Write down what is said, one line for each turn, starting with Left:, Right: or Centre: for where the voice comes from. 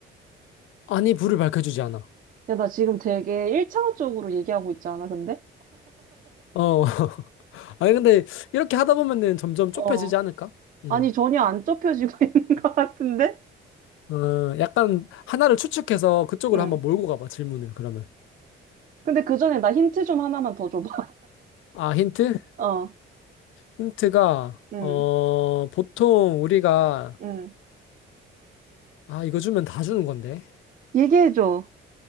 Left: 아니 불을 밝혀주지 않아.
Right: 야, 나 지금 되게 일차원적으로 얘기하고 있지 않아, 근데?
Left: 어. <laughs> 아니 근데 이렇게 하다 보면은 점점 좁혀지지
Right: 어.
Left: 않을까? 음.
Right: 아니, 전혀 안 좁혀지고 <laughs> 있는 것 같은데?
Left: 어, 약간 하나를 추측해서 그쪽으로
Right: 응.
Left: 한번 몰고 가봐, 질문을, 그러면.
Right: 근데 그 전에 나 힌트 좀 하나만 더 줘봐.
Left: 아, 힌트?
Right: <laughs> 어.
Left: 힌트가,
Right: 응.
Left: 어, 보통 우리가,
Right: 응.
Left: 아, 이거 주면 다 주는 건데.
Right: 얘기해줘.